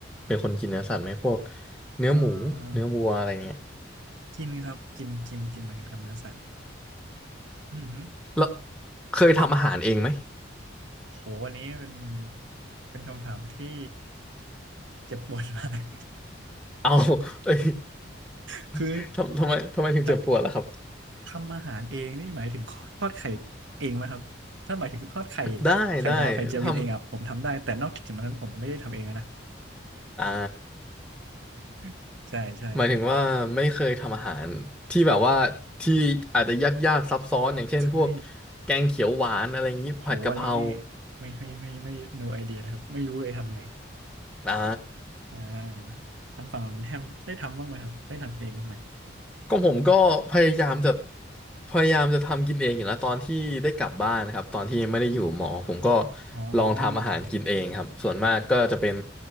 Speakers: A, in the centre; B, on the right.
A: เป็นคนกินเนื้อสัตว์ไหมพวกเนื้อหมูเนื้อวัวอะไรเงี้ย
B: เออกินครับกินกินกินเหมือนกันครับเนื้อสัตว์อือหือ
A: แล้วเคยทำอาหารเองไหม
B: โหวันนี้เป็นเป็นคำถามที่เจ็บปวดมาก
A: <laughs> เอาเอ้ย
B: <laughs> คือ
A: <laughs> ทำทำไมทำไมถึงเจ็บปวดล่ะครับ
B: ทำทำอาหารเองนี่หมายถึงทอดไข่เองไหมครับถ้าหมายถึงทอดไข่
A: ได้ได้ทำ
B: ไข่ดาวไข่เจียววินเองอ่ะผมทำได้แต่นอกจากนั้นผมไม่ได้ทำเองอะนะ
A: อ่า
B: <laughs> ใช่ใช่ใช่
A: หมายถึงว่าไม่เคยทำอาหารที่แบบว่าที่อาจจะยากๆซับซ้อนอย่างเช่นพวก
B: ใช่
A: แกงเขียวหวานอะไรอย่างนี้ผัดกะเพรา
B: โหอันนี้เนี่ยไม่ไม่ไม่ไม่ no idea นะครับไม่รู้เลยทำไง
A: อ่า
B: อ่าทางฝั่งของคุณแฮมได้ทำบ้างไหมครับได้ทำกินเองบ้างไหม
A: ก็ผมก็พยายามจะพยายามจะทำกินเองอยู่นะตอนที่ได้กลับบ้านนะครับตอนที่ไม่ได้อยู่หมอผมก็
B: อ๋อ
A: ลองทำอาหารกินเองครับส่วนมากก็จะเป็น